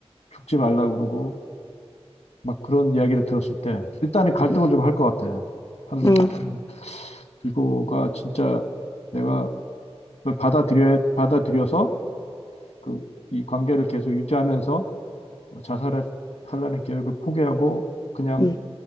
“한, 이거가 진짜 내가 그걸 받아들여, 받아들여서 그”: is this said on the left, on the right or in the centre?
Left